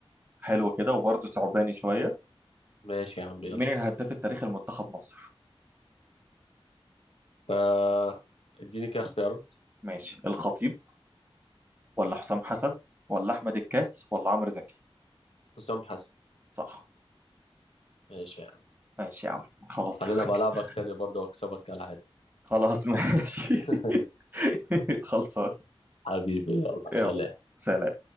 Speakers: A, on the right; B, on the left.
A: حلو كده وبرضه صعباني شويه
B: ماشي يا عم يلا
A: مين الهداف التاريخي لمنتخب مصر
B: آه اديني كده اختيارات
A: ماشي الخطيب ولا حسام حسن ولا احمد الكاس ولا عمرو زكي
B: حسام حسن
A: صح
B: ماشي يا عم
A: ماشي يا عم خلاص
B: خلينا
A: <laughs>
B: بلعبك تاني برضه واكسبك كالعاده
A: خلاص ماشي
B: <laughs>
A: <laughs> خلصان
B: حبيبي يلا سلام
A: يلا سلام